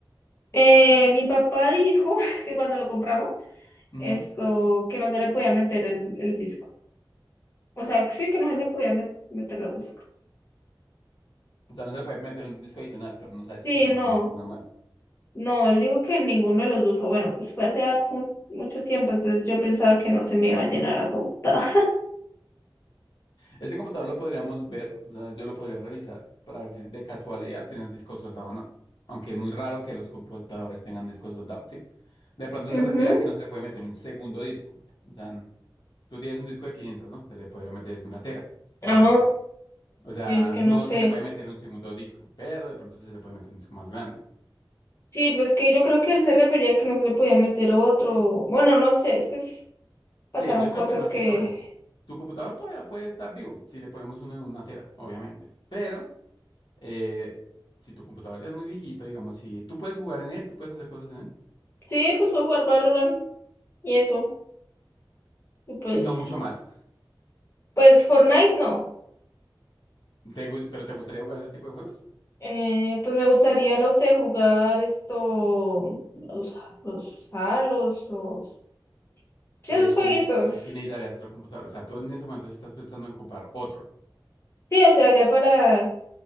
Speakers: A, on the left; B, on the left.
A: Eh, mi papá dijo <laughs> que cuando lo compramos,
B: Ujú.
A: esto, que no se le podía meter el, el disco. O sea, sí que no se le podía met- meter la cosa.
B: O sea, no se puede meter un disco adicional, pero no sabes
A: Sí,
B: si se puede
A: no,
B: meter un disco normal.
A: no, él dijo que ninguno de los dos, o bueno, pues fue hace harto mu- mucho tiempo, entonces yo pensaba que no se me iba a llenar la computadora.
B: Este computador lo podríamos ver, o sea, yo lo podría revisar para ver si de casualidad tiene el disco soldado o no. Aunque es muy raro que los computadores tengan discos soldados, ¿sí? De pronto
A: <laughs> Ujú.
B: se refiere a que no se le puede meter un segundo disco. O sea, Tú tienes un disco de 500, ¿no? Te le podría meter el de una tera, para
A: Ah,
B: así decir. O sea,
A: sí, es que
B: no
A: no sé.
B: se le puede meter un segundo disco, pero de pronto sí se le puede meter un disco más grande.
A: Sí, pues que yo creo que él se refería a que no se le podía meter otro. Bueno, no sé, es que es- pasaron
B: Sí, yo
A: cosas
B: creo que más
A: que.
B: que todo eso. Tu computador todavía puede estar vivo si le ponemos uno de una tera, obviamente. Pero eh, si tu computador ya es muy viejito, digamos, si tú puedes jugar en él, tú puedes hacer cosas en él
A: Sí, pues fue jugar Valorant y eso. Y pues.
B: y no mucho más.
A: Pues Fortnite no.
B: ¿Te gu- pero te gustaría jugar ese tipo de juegos?
A: Eh, pues me gustaría, no sé, jugar esto. Los, los Halos, los. Sí,
B: Entonces,
A: esos jueguitos.
B: si, ne- si- si necesitarías otro computador, o sea, tú en ese momento sí estás pensando en comprar otro
A: Sí, o sea, ya para.